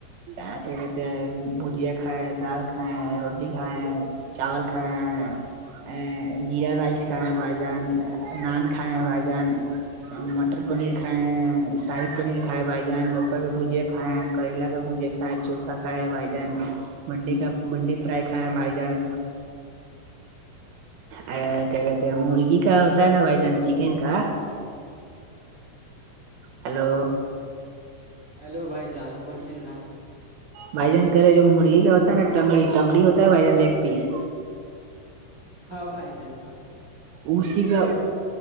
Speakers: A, on the right (about 75°); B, on the right (about 60°).
A: آے کٹے بھجیا کائے ڈال کائےیں روٹی کائے چاول کھانیں ہیں جیرا رائس کائے بائی جان نان کھائےیں بائی جان مٹر پنیر کھائے ہیں شاہیب پنیر کھائے بھائی جان لوگ چک بوجے کائے کریلا کےھوجے کائے چوا کائے بھائی جن بنڈی کا بنڈی فرائی کھیں بھائی جائے ا کیا کہتے ہیں مرغی کا ہوتا ہے نا بھائی جان چکن کا ہیلو
B: ہیلو بھائی جان بولیے نا
A: بھائی جان کرے جو مرغی کا ہوتا ہے نا ٹنگڑی ٹگڑی ہوتا ہے بھائی جان ایک پیس
B: ہاں بھائی جان ہاں ہاں
A: اسی کا